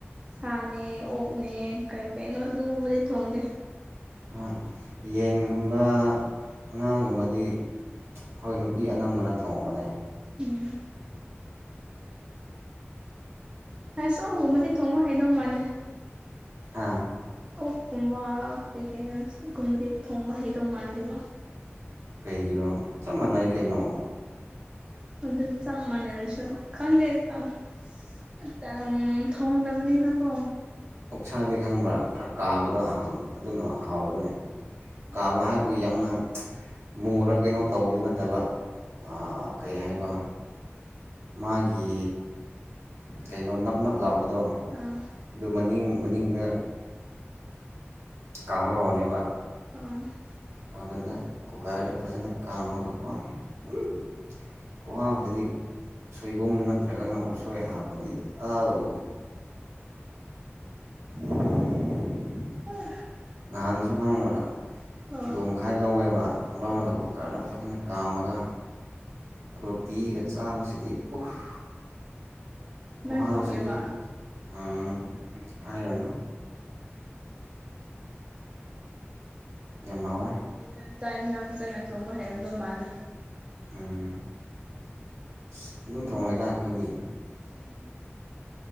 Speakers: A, on the right; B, on the right.
A: ꯁꯥꯅꯦ ꯑꯣꯛꯅꯦ ꯀꯩ ꯀꯩꯅꯣ ꯑꯗꯨꯒꯨꯝꯕꯗꯤ ꯊꯣꯡꯗꯦ
B: ꯑꯥ ꯌꯦꯟꯒꯨꯝꯕ ꯉꯥꯒꯨꯝꯕꯗꯤ ꯍꯣꯏ ꯅꯨꯄꯤ ꯑꯅꯝꯕꯅ ꯊꯣꯡꯕꯅꯦ
A: ꯎꯝ <unintelligible> ꯁꯣꯒꯨꯝꯕꯗꯤ ꯊꯣꯡꯕ ꯍꯩꯗꯧ ꯃꯥꯥꯟꯗꯦ
B: ꯍꯥ
A: ꯑꯣꯛꯀꯨꯝꯕ ꯀꯩ ꯀꯩꯅꯣ ꯒꯨꯝꯕꯗꯤ ꯊꯣꯡꯕ ꯍꯩꯗꯧ ꯃꯥꯟꯗꯦꯕ
B: ꯀꯩꯒꯤꯔꯣ ꯆꯞ ꯃꯥꯟꯅꯩ ꯀꯩꯅꯣ
A: ꯑꯗꯨ ꯆꯞ ꯃꯥꯅꯔꯁꯨ ꯈꯪꯗꯦ <unintelligible> ꯑꯝ ꯊꯣꯡꯗꯕꯅꯤꯅꯀꯣ
B: ꯑꯣꯛꯁꯥꯗꯤ ꯈꯪꯕ꯭ꯔꯥ ꯈꯔ ꯀꯥꯕꯗꯣ ꯑꯗꯨꯅ ꯍꯥꯎꯕꯅꯦ
A: ꯑꯣ
B: ꯀꯥꯕ ꯍꯥꯏꯕꯨ ꯌꯥꯝꯅ <unintelligible> ꯃꯨꯨꯔ ꯀꯩꯅꯣ ꯇꯧꯕꯗꯨ ꯅꯠꯇꯕ ꯑꯥ ꯀꯩ ꯍꯥꯏꯕ ꯃꯥꯒꯤ ꯀꯩꯅꯣ ꯅꯞ ꯅꯞ ꯂꯥꯎ ꯄꯗꯣ
A: ꯑꯣ
B: ꯑꯗꯨ ꯃꯅꯤꯡ ꯃꯅꯤꯡꯗ ꯀꯥꯕ ꯍꯧꯔꯅꯦꯕ
A: <unintelligible>
B: ꯑꯗꯨꯗ ꯀꯨꯀꯔꯗ ꯐꯖꯅ ꯀꯥꯝꯃꯒꯀꯣ ꯎꯝ ꯈꯨꯍꯥꯎꯁꯤꯗꯤ ꯁꯣꯏꯕꯨꯝ ꯅꯠꯇ꯭ꯔꯒꯅ ꯎꯁꯣꯏ ꯍꯥꯞꯄꯗꯤ ꯑꯧ <unintelligible>
A: ꯑꯥ
B: ꯅꯍꯥꯟꯁꯨꯨ ꯈꯡꯕ꯭ꯔꯥ꯫
A: ꯑꯣ
B: ꯀꯤꯂꯣ ꯃꯈꯥꯏ ꯂꯧꯋꯦꯕ ꯂꯧꯔꯒ
A: ꯎꯝ
B: ꯀꯨꯀꯔꯗ ꯐꯖꯅ ꯀꯥꯝꯃꯒ꯫ ꯔꯣꯇꯤꯒ ꯆꯥꯕꯁꯤꯗꯤ ꯎꯐ
A: ꯅꯪ
B: ꯈꯨꯍꯥꯎꯁꯤꯗꯤ꯫
A: ꯊꯣꯡꯉꯦꯕ
B: ꯎꯝ
A: ꯑꯣ
B: ꯍꯥꯏꯔꯨꯅꯨ꯫ ꯌꯥꯝ ꯍꯥꯎꯋꯦ꯫
A: ꯑꯗꯨꯗꯤ ꯅꯪ ꯆꯥꯛ ꯏꯟꯁꯥꯡ ꯐꯖꯅ ꯊꯣꯡꯕ ꯍꯩꯔꯝꯗꯧ ꯃꯥꯜꯂꯦ꯫
B: ꯎꯝ ꯑꯁ ꯑꯗꯨꯝ ꯊꯣꯡꯉꯦꯗ ꯑꯈꯣꯏꯗꯤ꯫
A: ꯎꯝ꯫